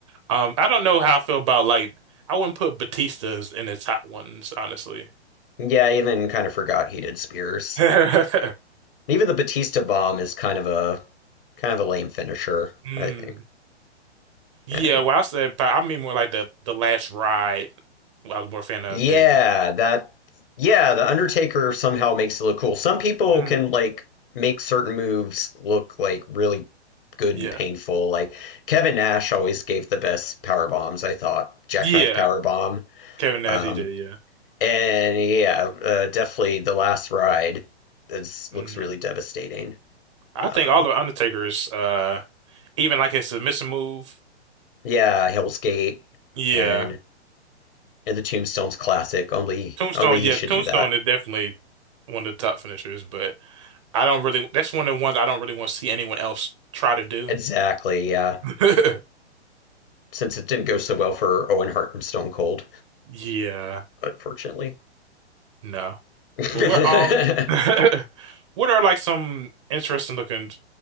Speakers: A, on the right; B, on the left.
A: Um, I don't know how I feel about like I wouldn't put Batista's in the top ones, honestly.
B: Yeah, I even kind of forgot he did spears.
A: <laughs>
B: Even the Batista bomb is kind of a kind of a lame finisher.
A: Mm.
B: I think.
A: Yeah,
B: Uh,
A: well, I said, but I mean more like the the last ride. I was more a fan of
B: Yeah,
A: than.
B: that yeah, the Undertaker somehow makes it look cool. Some people
A: Mm.
B: can like make certain moves look like really good
A: Yeah,
B: and painful. Like Kevin Nash always gave the best power bombs, I thought. Jackknife
A: yeah.
B: power bomb.
A: Kevin Nash,
B: Um,
A: he did. Yeah.
B: and yeah, uh, definitely the last ride is, looks
A: Mm.
B: really devastating.
A: I think
B: Um,
A: all the Undertaker's, uh, even like his submission move.
B: yeah, Hell's Gate
A: Yeah,
B: and and the Tombstones classic. Only
A: Tombstone.
B: only he
A: Yeah,
B: should
A: Tombstone
B: do that.
A: is definitely one of the top finishers, but I don't really. That's one of the ones I don't really want to see anyone else try to do.
B: Exactly, yeah.
A: <laughs>
B: since it didn't go so well for Owen Hart and Stone Cold,
A: Yeah,
B: unfortunately.
A: no.
B: <laughs>
A: Well, what um,
B: yeah,
A: <laughs> what are like some interesting looking